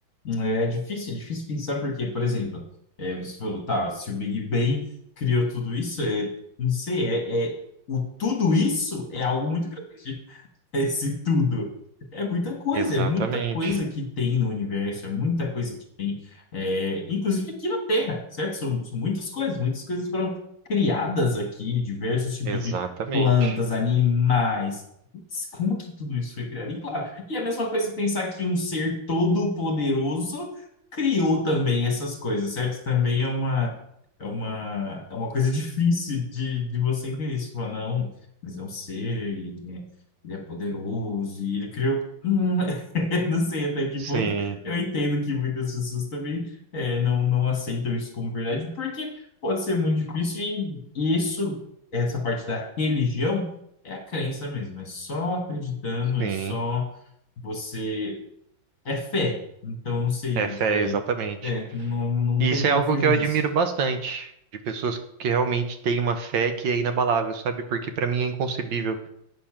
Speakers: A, on the left; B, on the right.
A: Hum, É difícil, é difícil pensar porque, por exemplo, eh, você falou, tá, se o Big Bang criou tudo isso, é, não sei, é, é, o tudo isso é algo muito grande. Esse tudo. É muita coisa,
B: Exatamente,
A: é muita coisa que tem no universo, é muita coisa que tem, é, inclusive aqui na Terra, certo? São, são muitas coisas, muitas coisas foram criadas aqui, diversos tipos
B: exatamente.
A: de plantas, animais. Putz, Como que tudo isso foi criado? E claro, e é a mesma coisa pensar que um ser todo-poderoso criou também essas coisas, certo? Também é uma, é uma, é uma coisa <laughs> difícil de, de você entender. Você fala, não. Mas é um ser, ele é poderoso e ele criou. <laughs> Não sei até que
B: Sim,
A: ponto. Eu entendo que muitas pessoas também eh, não, não aceitam isso como verdade, porque pode ser muito difícil e isso, essa parte da religião, é a crença mesmo. É só acreditando,
B: sim.
A: é só você. É fé. Então, não sei.
B: É fé,
A: É,
B: exatamente.
A: é, não, não, não
B: E
A: tem
B: isso
A: como
B: é algo
A: fugir
B: que eu
A: disso.
B: admiro bastante, de pessoas que realmente têm uma fé que é inabalável, sabe? Porque para mim é inconcebível.